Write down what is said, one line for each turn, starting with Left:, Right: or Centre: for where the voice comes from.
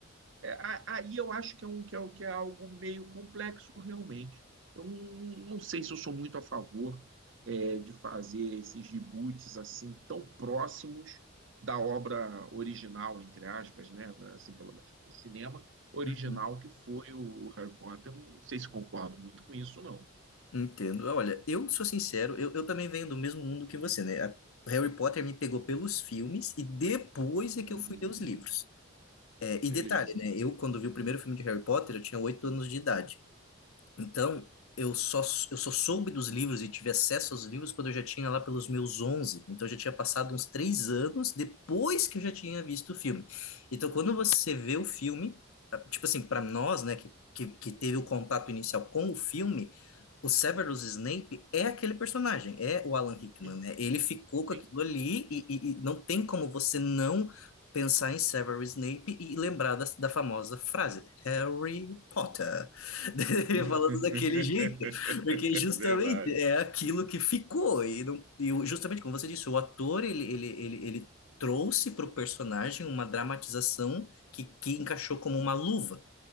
Right: é, aí eu acho que é, um, que, é, o- que é algo meio complexo realmente. Eu não, não sei se eu sou muito a favor é, de fazer esses reboots assim tão próximos da obra original, entre aspas, né? Assim, pelo menos do cinema original
Left: Uhum.
Right: que foi o, o Harry Potter. Eu Não sei se concordo muito com isso, não.
Left: Entendo. Olha, eu sou sincero, eu, eu também venho do mesmo mundo que você, né? A- Harry Potter me pegou pelos filmes e depois
Right: Hum,
Left: é que eu fui ler os livros. É, e
Right: beleza.
Left: detalhe, né? Eu, quando vi o primeiro filme de Harry Potter, eu tinha oito anos de idade. Então, eu só, eu só soube dos livros e tive acesso aos livros quando eu já tinha lá pelos meus onze Então, eu já tinha passado uns três anos depois que eu já tinha visto o filme. Então, quando você vê o filme, ah, tipo assim, para nós, né, que, que, que teve o contato inicial com o filme, o Severus Snape é aquele personagem, é o Alan Rickman,
Right: Sim,
Left: né? Ele ficou com
Right: sim.
Left: aquilo ali e, e- e não tem como você não pensar em Severus Snape e lembrar da, da famosa frase, Harry Potter. <laughs>
Right: <laughs>
Left: falando daquele jeito, porque justamente
Right: Verdade.
Left: é aquilo que ficou, e, não, e o- justamente como você disse, o ator, ele, ele, ele, ele trouxe para o personagem uma dramatização que, que encaixou como uma luva.